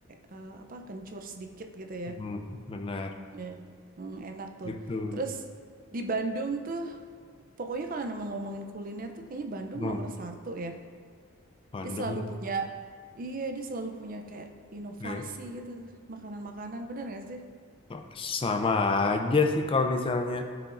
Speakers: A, on the right; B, on the left.
A: eh, apa kencur sedikit gitu ya.
B: hmm, benar
A: Iya. Hmm, enak tuh.
B: gitu.
A: Terus di Bandung tuh, pokoknya kalau nama ngomongin kuliner tuh kayaknya Bandung
B: Hmm,
A: nomor satu ya.
B: Bandung
A: Dia selalu punya, iya dia selalu punya kayak inovasi
B: kayak
A: gitu, makanan-makanan, bener gak sih?
B: kok sama aja sih kalau misalnya